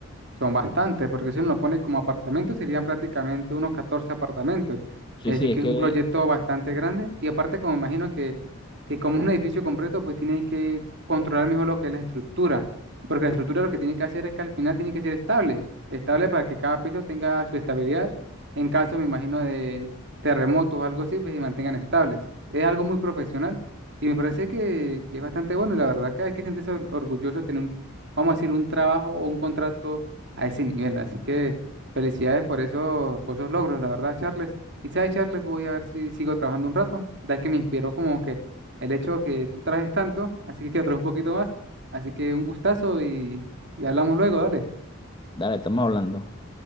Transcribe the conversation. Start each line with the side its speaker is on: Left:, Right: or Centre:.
Right: Son bastantes, porque si uno lo pone como apartamento, serían prácticamente unos 14 apartamentos.
Left: Sí,
Right: Es
Left: sí,
Right: decir, que
Left: es que,
Right: es un proyecto bastante grande. Y aparte, como imagino que, que como es un edificio completo, pues tienen que controlar mejor lo que es la estructura. Porque la estructura lo que tiene que hacer es que al final tiene que ser estable. Estable para que cada piso tenga su estabilidad. En caso, me imagino, de terremotos o algo así, pues se mantengan estables. Es algo muy profesional. Y me parece que, que es bastante bueno. Y la verdad que hay que sentirse or- orgulloso de tener un, vamos a decir, un trabajo o un contrato a ese nivel. Así que felicidades por esos, por esos logros, la verdad, Charles. Y sabes, Charles, voy a ver si sigo trabajando un rato, ya que me inspiró como que el hecho que tú trajes tanto, así que quiero traer un poquito más. Así que un gustazo y, y hablamos luego, dale.
Left: dale, estamos hablando.